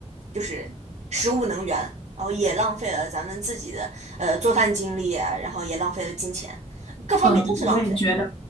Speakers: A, on the right; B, on the left.
A: 就是食物能源，然后也浪费了咱们自己的呃做饭精力啊然后也浪费了金钱，各方面都是浪费。
B: 嗯，我也觉得，